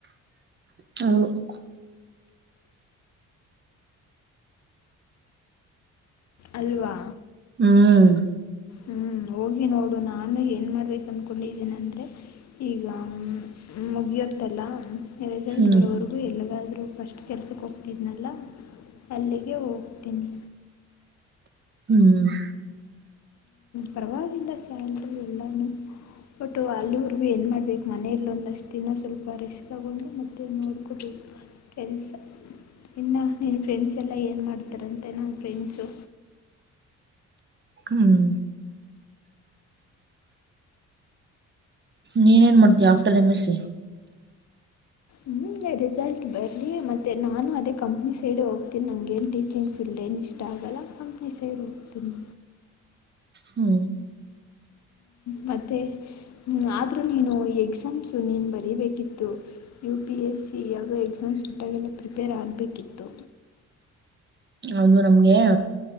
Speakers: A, on the right (about 35°); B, on the left (about 60°).
A: ಹ
B: ಅಲ್ವಾ
A: ಹ್ಮ್
B: ಹ್ಮ್ ಹೋಗಿ ನೋಡು ನಾನು ಏನ್ ಮಾಡ್ಬೇಕು ಅನ್ಕೊಂಡಿದ್ದೇನ ಅಂದ್ರೆ ಈಗ ಹ ಮುಗಿಯತ್ತಲ್ಲ ರಿಸಲ್ಟ್
A: ಹ್ಮ್
B: ಬರೋವರೆಗೂ ಅವರು ಎಲ್ಲಿಗಾದರೂ ಫಸ್ಟ್ ಕೆಲ್ಸಕ್ಕೆ ಹೋಗ್ತಿದ್ನಲ್ಲ ಅಲ್ಲಿಗೆ ಹೋಗ್ತೀನಿ
A: ಹ್ಮ್
B: ಪ್ರಭಾವಂದ ಸಾಲರಿ ಎಲ್ಲಾನ ಬಟ್ಟು ಅಲ್ಲಿವರುಗೂ ಏನು ಮಾಡ್ಬೇಕು ಮನೇಲ್ಲ ಒಂದಷ್ಟು ದಿನ ಸ್ವಲ್ಪ ರೆಸ್ಟ್ ತಗೊಂಡು ಮತ್ತೆ ನೋಡ್ಿಕೊಟ್ು ಕೆಲಸ ಇನ್ನು ನೀನು ಫ್ರೆಂಡ್ಸ್ ಎಲ್ಲ ಏನು ಮಾಡ್ತಾರಂತೆ ನಮ್ಮ ಫ್ರೆಂಡ್ಸು
A: ಹ್ಮ್ ನೀನ್ ಏನ್ ಮಾಡ್ತೀವಿ ಆಫ್ಟರ್ ಎಮ್ ಎಸ್ ಸಿ
B: ಹ್ಞೂ ರಿಸಲ್ಟ್ ಬರಲಿ ಮತ್ತ ನಾನು ಅದೇ ಕಂಪ್ನಿ ಸೈಡ್ ಹೋಗ್ತೀನಿ ನನಗೇನು ಟೀಚಿಂಗ್ ಇಷ್ಟ ಆಗಲ್ಲ ಕಂಪ್ನಿ ಸೈಡ್ ಹೋಗ್ತೀನಿ
A: ಹ್ಮ
B: ಮತ್ತೆ ್ ಆದರೂ ನೀನು ಎಕ್ಸಾಮ್ಸು ನೀನು ಬರೀಬೇಕಿತ್ತು ಯು ಪಿ ಎಸ್ ಸಿ ಯಾವುದೋ ಎಕ್ಸಾಮ್ಸ್ ಕೊಟ್ಟಾಗೆಲ್ಲ ಪ್ರಿಪೇರ್ ಆಗಬೇಕಿತ್ತು
A: ಅದು ನಮ್ಗೆ